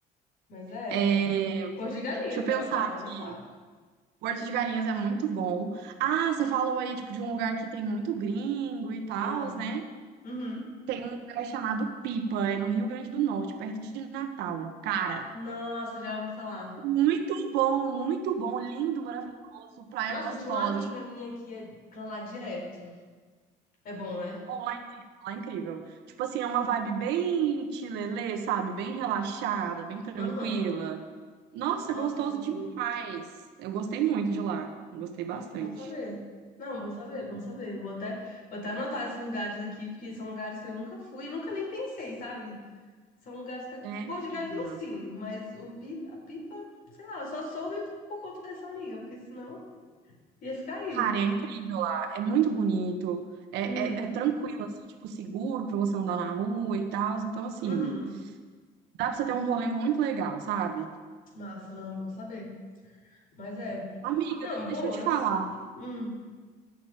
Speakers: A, on the left (about 55°); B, on the right (about 85°).
A: Mas é.
B: É,
A: Cor de galinhas,
B: deixa eu
A: vou
B: pensar
A: anotar,
B: aqui.
A: vou anotar.
B: Porto de Galinhas é muito bom. Ah, você falou aí, tipo, de um lugar que tem muito gringo e tal,
A: Ah,
B: né?
A: uhum.
B: Tem um lugar chamado Pipa, é no Rio Grande do Norte, perto de Natal. Cara,
A: Nossa, já ouvi falar.
B: muito bom, muito bom, lindo, maravilhoso, praia
A: Nossa,
B: gostosa,
A: tinha uma amiga minha que é pra lá direto. É bom, né?
B: Ó, lá é incrível, lá é incrível. Tipo assim, é uma vibe bem chilelê, sabe? Bem relaxada, bem tranquila.
A: Aham.
B: Nossa,
A: Nossa,
B: gostoso
A: é bom.
B: demais. Eu gostei muito de lá. Gostei bastante.
A: Nossa, bom saber. Não, bom saber, bom saber. Vou até, vou até anotar esses lugares aqui, porque são lugares que eu nunca fui, e nunca nem pensei, sabe? São lugares que.
B: É,
A: Pô,
B: menina.
A: de galinha sim, mas o pipa, a pipa, sei lá, eu só soube por conta dessa amiga, porque senão ia ficar aí.
B: Cara, é incrível lá. É muito bonito. É,
A: Uhum,
B: é, é tranquilo, assim, tipo, seguro pra você andar na rua e tal. Então, assim,
A: uhum.
B: dá pra você ter um rolê muito legal, sabe?
A: Massa, não, bom saber. Mas é.
B: Amiga,
A: Não,
B: de-
A: boas.
B: deixa eu te falar.
A: Hum,